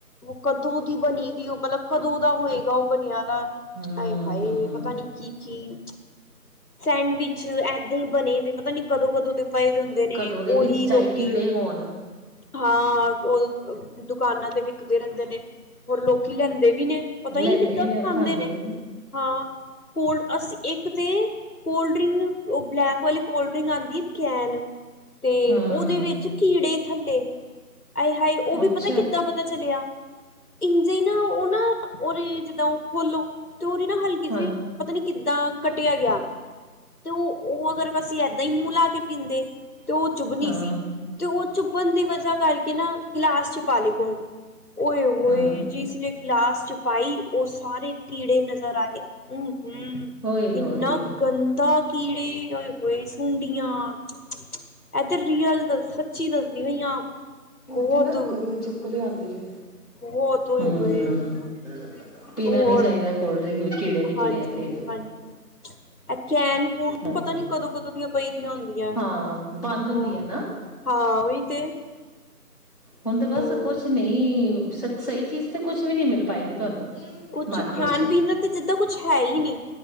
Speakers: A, on the left; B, on the left.
A: ਕਦੋਂ ਦੀ ਬਣੀ ਦੀ ਉਹ ਮਤਲਬ ਕਦੋਂ ਦਾ ਹੋਏਗਾ। ਓਵੇਂ <unintelligible> ਜਾਦਾ
B: ਹੂੰ
A: ਹਾਏ-ਹਾਏ
B: ਹੂੰ
A: ਪਤਾ ਨੀ ਕੀ-ਕੀ। ਸੈਂਡਵਿਚ ਏਦਾਂ ਹੀ ਬਣੇ ਤੇ ਪਤਾ ਨੀ ਕਦੋਂ-ਕਦੋਂ ਦੇ। ਫਾਇਦ ਹੁੰਦੇ ਨੇ
B: ਕਦੋਂ ਦੇ
A: ਉਹੀ
B: ਵਿੱਚ ਚਾਹੇ
A: ਲੋਕੀ
B: ਕੀੜੇ ਹੋਣ
A: ਹਾਂ ਉਹ ਦੁਕਾਨਾਂ ਤੇ ਵਿਕਦੇ ਰਹਿੰਦੇ ਨੇ ਹੋਰ ਲੋਕੀ ਲੈਂਦੇ ਵੀ ਨੇ ਪਤਾ
B: ਲੈਂਦੇ
A: ਹੀ ਨਹੀਂ ਕਿੱਦਾਂ
B: ਵੀ ਨੇ ਔਰ
A: ਖਾਂਦੇ ਨੇ
B: ਵੀ
A: ਹਾਂ ਕੋਲ ਅਸੀਂ ਇੱਕ ਤੇ ਕੋਲ ਡਰਿੰਕ ਬਲੈਕ ਵਾਲੀ ਕੋਲਡ ਡਰਿੰਕ ਆਉਂਦੀ ਕੈਨ ਤੇ
B: ਹੂੰ
A: ਉਹਦੇ ਵਿੱਚ ਕੀੜੇ ਥੱਲੇ ਆਏ ਹਾਏ ਉਹ ਵੀ
B: ਅੱਛਾ
A: ਪਤਾ ਕਿੱਦਾਂ ਪਤਾ ਚਲਿਆ ਇੰਝੇ ਨਾ ਉਹ ਨਾ ਉਰੇ ਜਿੱਦਾਂ ਖੋਲੋ ਤੇ ਓਦੀ ਨਾ ਹਲਕੀ
B: ਹਾਂ
A: ਸੀ ਪਤਾ ਨੀ ਕਿੱਦਾਂ ਕੱਟਿਆ ਗਿਆ ਤੇ ਉਹ ਉਹ ਅਗਰ ਵਸੀ ਏਦਾਂ ਹੀ ਮੂੰਹ ਲਾ ਕੇ ਪੀਂਦੇ ਤੇ ਉਹ ਚੁੱਭਣੀ
B: ਹਾਂ
A: ਸੀ ਤੇ ਉਹ ਚੁੱਭਣ ਦੀ ਵਜ੍ਹਾ ਕਰਕੇ ਨਾ ਗਿਲਾਸ ਚ ਪਾ ਲਈ ਕੋਲਡ ਓਏ ਹੋਏ
B: ਹਾਂ
A: ਜਿਸ ਨੇ ਗਲਾਸ ਚ ਪਾਈ ਉਹ ਸਾਰੇ ਕੀੜੇ ਨਜ਼ਰ ਆਏ ਹ ਹਮ
B: ਓਏ
A: ਇੰਨਾ
B: ਹੋਏ
A: ਗੰਦਾ ਕੀੜੇ ਓਏ ਹੋਏ ਸੀ ਹੁੰਡੀਆਂ। ਇਹ ਤੇ, ਰੀਅਲ ਦੱਸ ਸੱਚੀ ਦੱਸ। ਕਿਵੇਂ ਆ। ਬਹੁਤ
B: ਉੱਥੇ ਨਾ ਰੱਖੋ ਦੁੱਧ ਚ। <unintelligible> ਲ ਆਉਂਦੀ ਜੇ
A: ਬਹੁਤ ਹੋਏ
B: ਹੂੰ,
A: ਪਏ ਬ
B: ਪੀਣਾ
A: ਹੋਰ
B: ਨੀ ਚਾਹੀਦਾ ਕੋਲਡ ਡਰਿੰਕ ਵੀ ਕੀੜੇ ਨਿਕਲੇ
A: ਹਾਂਜੀ-
B: ਆ ਤੇ।
A: ਹਾਂਜੀ, ਏ ਕਹਿਣ- ਕੂਣ
B: ਹਾਂਜੀ,
A: ਪਤਾ ਨੀ ਕਦੋਂ ਕਦੋਂ ਦੀ ਪਈਆਂ ਹੁੰਦੀਆਂ
B: ਹਾਂ ਬੰਦ ਹੁੰਦੀ
A: ਹਾਂ,
B: ਹੈ ਨਾ।
A: ਹਾਂ ਉਹੀ। ਤੇ।
B: ਹੁਣ ਤੇ ਬਸ
A: ਹੋਰ
B: ਕੁਛ ਨਹੀਂ- ਸਹੀ ਚੀਜ਼ ਤੇ ਕੁਛ ਵੀ ਨਹੀਂ ਮਿਲ ਪਾਏਗੀ ਤੁਹਾਨੂੰ।
A: ਕੁਛ
B: ਮਾਰਕੀਟ
A: ਖਾਣ-
B: ਚੋਂ
A: ਪੀਣ ਦਾ ਤਾਂ ਜਿੱਦਾਂ ਕੁਛ ਹੈ ਹੀ ਨਹੀਂ।